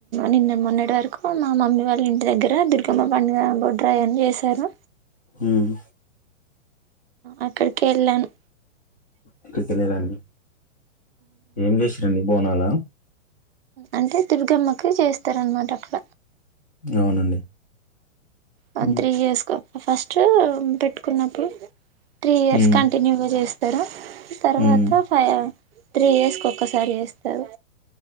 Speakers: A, on the right (about 50°); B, on the left (about 20°).
A: నిన్న మొన్నటి వరకు మా మమ్మీ వాళ్ళ ఇంటి దగ్గర దుర్గమ్మ పండగా పోతు రాజుని చేసారు
B: ఉహ్
A: అక్కడికి వెళ్ళాను
B: ఎక్కడికివెళ్లారండి ఏం చేసిరండి బోనాల
A: అంటే దుర్గమ్మకి చేస్తారనమాట అక్కడ
B: అవునండి
A: మంత్రీ
B: ఉమ్
A: చేసుకో ఫస్ట్ పెట్టుకున్నప్పుడు త్రీ ఇయర్స్
B: ఉమ్
A: కంటిన్యూగా చేస్తా <unintelligible> తర్వాత
B: ఉమ్
A: ఫై త్రీ ఇయర్స్ ఒకసా చేస్తారు